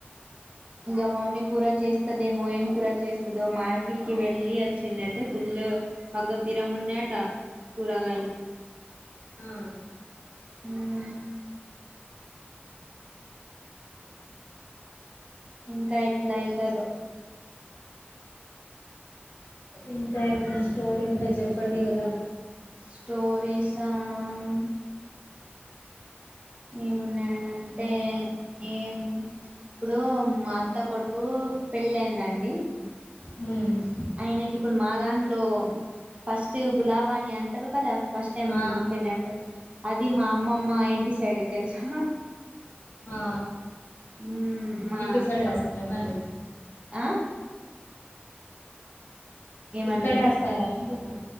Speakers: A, on the right (about 30°); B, on the left (about 60°).
A: ఇంకా మమ్మీ కూర చేస్తుది ఏమో ఏమి కూర చేస్తుందో మార్కెట్కి వెళ్ళి వచ్చింది అయితే ఫుల్ <unintelligible> కూరగాయలు
B: ఆ
A: ఉ ఇంకా ఎట్లా అవుతుదో
B: ఇంకా ఏమనా స్టోరీ ఉంటే చెప్పండి కదా,
A: స్టోరీస్ ఆమ్ ఏమున్నాడంటే ఏం, ఇప్పుడు మా అత్త కొడుకు పెళ్ళి అయిందండి,
B: హుమ్,
A: ఆయనకి ఇప్పుడు మా దాంట్లో ఫస్ట్ బులావా అని అంటారు కదా, ఫస్ట్ టైమ్
B: ఆ
A: పెళ్లంటే అది మా అమ్మమ్మ ఇంటి సైడే తెలుసా.
B: ఆ
A: మ్మ్ మా
B: ఇటీ సైడస్తు మరి
A: ఆ ఏమన్నారు
B: ఇక్కడే వస్తారా వింటున్నా,